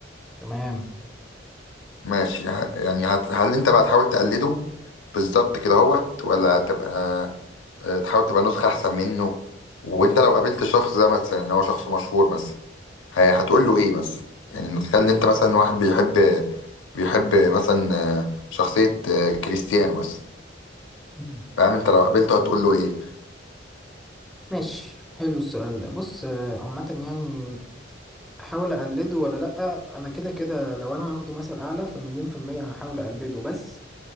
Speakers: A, in the centre; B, on the left.
A: تمام
B: ماشي ه- يعني هت... هل انت بقى تحاول تقلده بالظبط كده هوت ولا تبقى آه، تحاول تبقى نسخة أحسن منه وأنت لو قابلت الشخص ده مثلا إن هو شخص مشهور مثلا ه- هتقول له إيه مثلا يعني نتخيل إن أنت مثلا واحد بيحب بيحب مثلا آه، شخصية آه، كريستيانو مثلا
A: <laughs> مم.
B: فاهم أنت لو قابلته هتقول له إيه؟
A: ماشي حلو السؤال ده بص آه، عامه يعني احاول اقلده ولا لا انا كده كده لو انا هاخده مثل اعلى فمليون في الميه هحاول اقلده بس